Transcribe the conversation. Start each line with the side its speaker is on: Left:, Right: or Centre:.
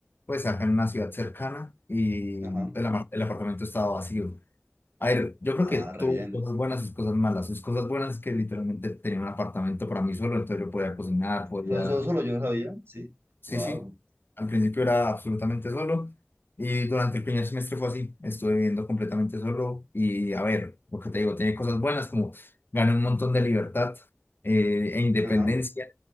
Left: pues acá en una ciudad cercana y
Right: Ajá.
Left: el, ama- el apartamento estaba vacío. A ver, yo creo
Right: Ah,
Left: que
Right: re
Left: tuvo
Right: bien.
Left: sus cosas buenas, sus cosas malas. Sus cosas buenas es que literalmente tenía un apartamento para mí solo, entonces yo podía cocinar, podía...
Right: ¿Pero solo, solo yo no sabía? Sí.
Left: Sí,
Right: Wow.
Left: sí. Al principio era absolutamente solo y durante el primer semestre fue así. Estuve viviendo completamente solo y a ver, porque te digo, tenía cosas buenas como gané un montón de libertad eh, e independencia,
Right: Ajá.